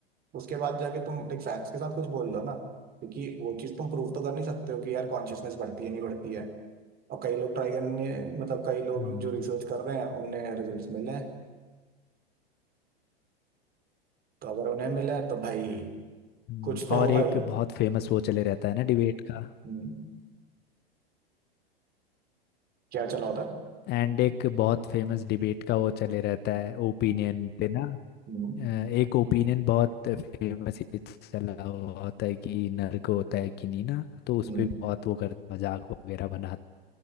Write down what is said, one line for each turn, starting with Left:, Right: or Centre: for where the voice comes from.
Right: उसके बाद जाके तुम लाइक फैक्ट्स के साथ कुछ बोल दो ना क्योंकि वो चीज तुम प्रूव तो कर नहीं सकते हो कि यार कॉन्शियसनेस बढ़ती है नहीं बढ़ती है और कई लोग ट्राई करने मतलब कई लोग
Left: हम्म
Right: जो रिसर्च कर रहे हैं उन्हें रिजल्ट्स मिले हैं तो अगर उन्हें मिले हैं, तो भाई
Left: हम्म,
Right: कुछ तो
Left: और
Right: होगा
Left: एक
Right: ही
Left: बहुत फेमस वो चले रहता है ना डिबेट का
Right: हम्म, क्या चला होता है
Left: एंड एक बहुत फेमस डिबेट का वो चले रहता है ओपिनियन पे ना
Right: हम्म,
Left: अ, एक ओपिनियन बहुत फेमस चला हुआ होता है कि नर्क होता है कि नहीं ना तो उस
Right: हम्म।
Left: पे बहुत वो कर मजाक वगैरह बना